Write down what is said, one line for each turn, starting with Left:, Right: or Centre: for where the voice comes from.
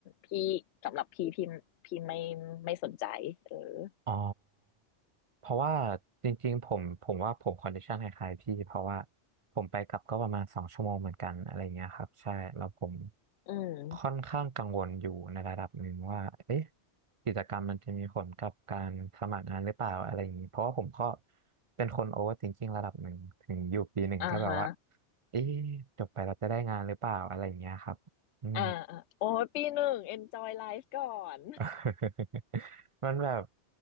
Left: พี่สำหรับพี่พี่พี่ไม่ไม่สนใจเออ
Right: อ๋อเพราะว่าจริงๆผมผมว่าผมคอนดิชันคล้ายๆพี่เพราะว่าผมไปกลับก็ประมาณสองชั่วโมงเหมือนกันอะไรเงี้ยครับใช่แล้วผม
Left: อืม
Right: ค่อนข้างกังวลอยู่ในระดับหนึ่งว่าเอ๊ะกิจกรรมมันจะมีผลกับการสมัครงานหรือเปล่าอะไรอย่างนี้เพราะว่าผมก็เป็นคนโอเวอร์ i ิงกิ้งระดับหนึ่งถึงอยู่ปีหนึ่งก็แบบว่า
Left: อ่าฮะ
Right: เอ๊ะจบไปเราจะได้งานหรือเปล่าอะไรอย่างเงี้ยครับอืม
Left: อ่าอ่าโอ้ยปีหนึ่ง enjoy life ก่อน
Right: <laughs> มันแบบ